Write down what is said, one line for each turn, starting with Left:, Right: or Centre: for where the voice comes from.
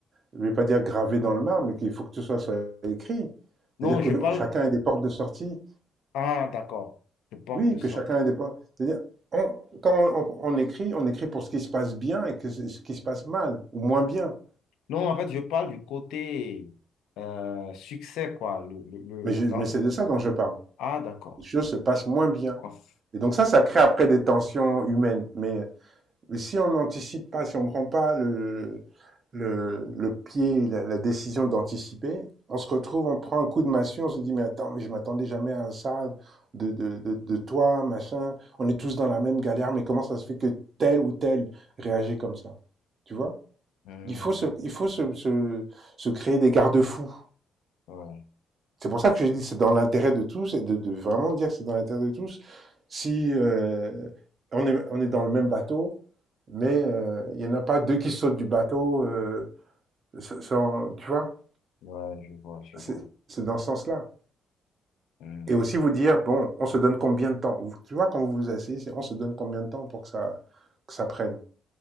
Right: je ne vais pas dire gravé dans le marbre, mais qu'il faut que tout ça soit écrit.
Left: Non,
Right: C'est-à-dire
Left: je
Right: que
Left: parle...
Right: chacun ait des portes de sortie.
Left: Ah, d'accord, je porte
Right: Oui,
Left: de sortie.
Right: que chacun ait des portes. C'est-à-dire, on- quand on, on- on écrit, on écrit pour ce qui se passe bien et que ce ce qui se passe mal, ou moins bien.
Left: Non, en fait, je parle du côté euh, succès, quoi. Le, le,
Right: Mais, je-
Left: le- l'en-
Right: mais c'est de ça dont je parle.
Left: Ah, d'accord.
Right: Les choses se passent
Left: Je
Right: moins bien.
Left: pense...
Right: Et donc ça, ça crée après des tensions humaines. Mais si on n'anticipe pas, si on ne prend pas le, le, le pied, la, la décision d'anticiper, on se retrouve, on prend un coup de massue, on se dit mais attends, mais je m'attendais jamais à ça de, de, de, de toi, machin. On est tous dans la même galère, mais comment ça se fait que tel ou tel réagit comme ça Tu vois
Left: Hum,
Right: Il faut se, il faut se, se, se créer des garde-fous
Left: ouais,
Right: c'est pour ça que je dis, c'est dans l'intérêt de tous et de, de vraiment dire que c'est dans l'intérêt de tous. Si euh, on, est, on est dans le même bateau, mais euh, il n'y en a pas deux qui sautent du bateau, euh, sans, tu vois,
Left: ouais, je vois, je
Right: c'est
Left: vois.
Right: dans ce sens-là.
Left: Hmm.
Right: Et aussi vous dire, bon, on se donne combien de temps Tu vois, quand vous vous asseyez, on se donne combien de temps pour que ça, que ça prenne